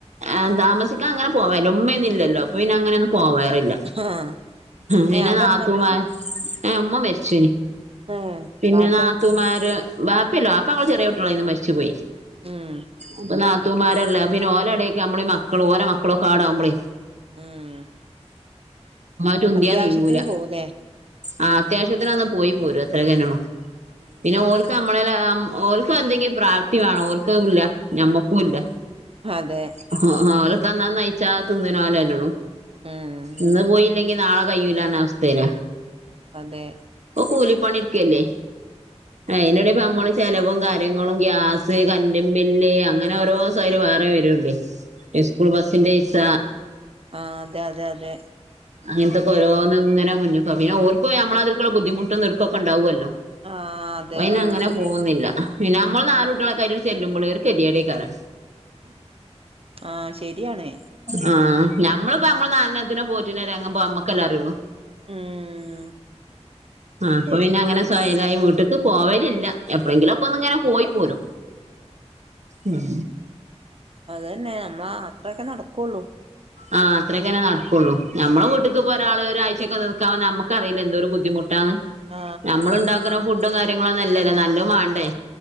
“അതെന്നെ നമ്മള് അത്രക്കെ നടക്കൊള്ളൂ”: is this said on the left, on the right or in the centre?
Right